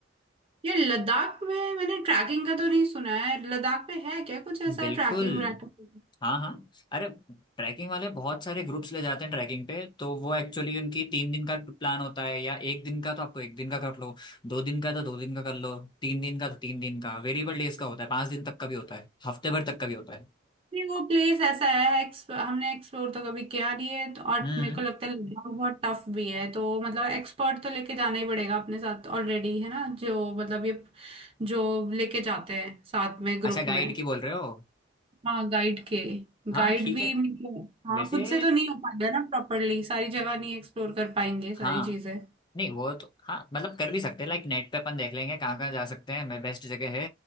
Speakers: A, on the right (about 30°); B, on the left (about 25°).
A: ये लद्दाख में मैंने ट्रैकिंग का तो नहीं सुना है लद्दाख में है क्या कुछ ऐसा
B: बिल्कुल
A: ट्रैकिंग व्रैकिंग
B: हाँ हाँ अरे ट्रैकिंग वाले बहुत सारे ग्रुप्स ले जाते हैं ट्रैकिंग पे तो वो एक्चुअली उनकी तीन दिन का प्लान होता है या एक दिन का तो आपको एक दिन का कर लो दो दिन का तो दो दिन का कर लो तीन दिन का तो तीन दिन का वेरिएबल डेज का होता है पांच दिन तक का भी होता है हफ्ते भर तक का भी होता है
A: नहीं वो प्लेस ऐसा है एक्स, हमने एक्सप्लोर तो कभी किया नहीं है तो, और
B: हम्म
A: मेरे को लगता है लद्दाख बहुत टफ भी है तो मतलब एक्सपर्ट तो लेके जाना ही पड़ेगा अपने साथ ऑलरेडी है ना जो मतलब ये जो लेके जाते हैं साथ में ग्रुप
B: अच्छा गाइड
A: में
B: की बोल रहे हो
A: हाँ गाइड के
B: हाँ
A: गाइड
B: ठीक
A: भी
B: है
A: मेरे को- हाँ
B: वैसे
A: खुद से तो नहीं हो पाएगा ना प्रॉपरली सारी जगह नहीं एक्सप्लोर कर पाएंगे सारी
B: हाँ
A: चीजें
B: नहीं वो तो हाँ मतलब कर भी सकते हैं लाइक नेट पे अपन देख लेंगे कहाँ कहाँ जा सकते हैं मैं बेस्ट जगह है